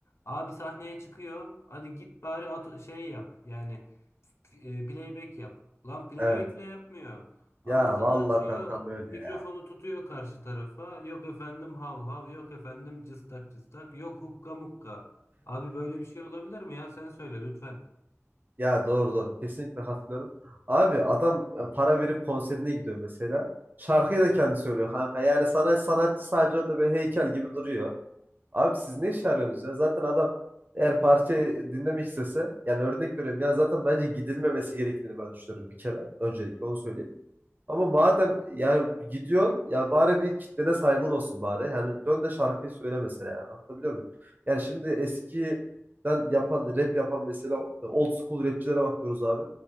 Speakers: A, on the left (about 65°); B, on the right (about 40°).
A: abi sahneye çıkıyor. Hadi git bari at şey yap. Yani f- e, playback yap. Lan playback
B: Evet.
A: bile yapmıyor.
B: Ya
A: Ağzını
B: vallahi
A: açıyor,
B: kankam öyle
A: mikrofonu
B: ya.
A: tutuyor karşı tarafa. Yok efendim hav hav, yok efendim cıstak cıstak, yok hukka mukka. Abi böyle bir şey olabilir mi ya? Sen söyle lütfen.
B: Ya doğru doğru. Kesinlikle katılıyorum. Abi adam e, para verip konserine gidiyor mesela. Şarkıyı da kendi söylüyor kanka. Yani sana sanatçı sadece orada böyle heykel gibi duruyor. Abi siz ne iş arıyorsunuz ya? Zaten adam eğer parçayı dinlemek istese yani örnek veriyorum ya zaten bence gidilmemesi gerektiğini ben düşünüyorum bir kere öncelikle onu söyleyeyim. Ama madem yani gidiyorsun ya bari bir kitlene saygın olsun bari. Yani dön de şarkıyı söyle mesela yani. Anlatabiliyor muyum? Yani şimdi eskiden yapan rap yapan mesela old school rapçilere bakıyoruz abi.